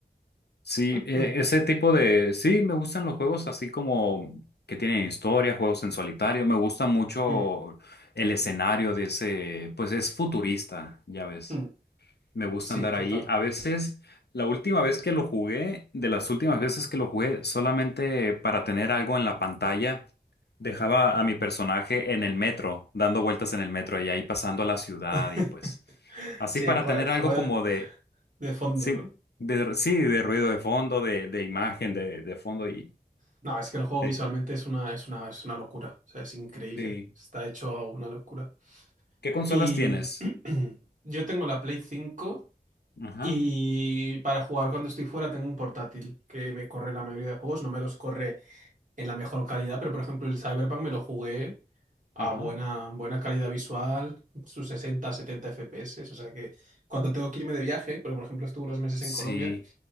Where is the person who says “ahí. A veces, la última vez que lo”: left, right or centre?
Left